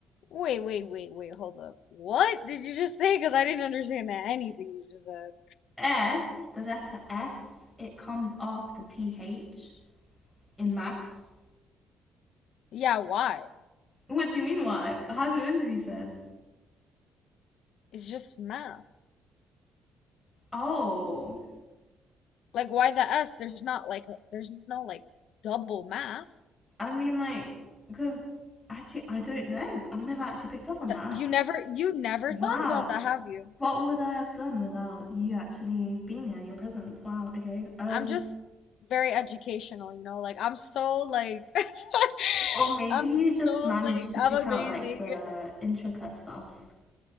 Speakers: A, on the left (about 60°); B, in the centre.
A: Wait, wait, wait, wait. Hold up. What did you just say? Because I didn't understand anything you just said.
B: S, the letter S, it comes after TH in maths.
A: Yeah, why?
B: What do you mean, why? How's it meant to be said?
A: It's just math.
B: Oh,
A: Like, why the S? There's not like, a, there's no like double math.
B: I mean, like, because actually, I don't know. I've never actually picked up on
A: That
B: that.
A: you never, you never
B: Wow.
A: thought about that, have you?
B: What would I have done without you actually being here, your presence? Wow, okay. Um,
A: I'm just very educational, you know? Like I'm so like <laughs>
B: or maybe
A: I'm
B: you
A: so
B: just managed
A: like
B: to pick
A: I'm
B: out
A: amazing.
B: like the intricate stuff.